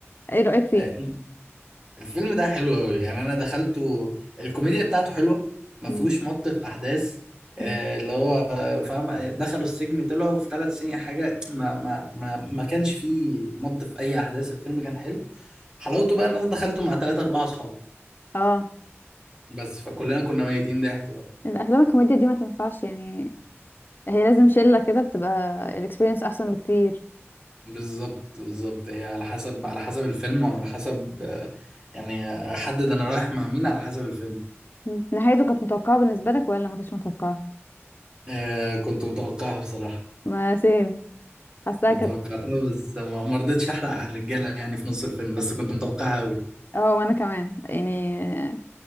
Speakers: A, on the left (about 45°); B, on the right (about 15°).
A: ايه رأيك فيه
B: آه، الفيلم ده حلو قوي يعني انا دخلته الكوميديا بتاعته حلوه ما
A: مم.
B: فيهوش مط في احداث آه،
A: مم.
B: اللي هو آه، فاهم دخلوا السجن طلعوا في ثلاث سنين حاجه ما ما ما ما كانش فيه مط في اي احداث الفيلم كان حلو حلاوته بقى ان انا دخلته مع ثلاثة اربعة اصحاب
A: اه
B: بس فكلنا كنا ميتين ضحك بقى
A: الافلام الكوميديا دي ما تنفعش يعني هي لازم شله كده بتبقى الاكسبيرينس احسن بكتير
B: بالظبط بالظبط هي على حسب على حسب الفيلم وعلى حسب آه، يعني احدد انا رايح مع مين على حسب الفيلم
A: مم. نهايته كانت متوقعه بالنسبه لك ولا ما كانتش متوقعه
B: آه، كنت متوقعها بصراحه
A: ما سيم حاساها
B: انا
A: كانت
B: توقعتها بس ما ما رضيتش احرق على الرجاله يعني في نص الفيلم بس كنت متوقعها قوي
A: اه وانا كمان يعني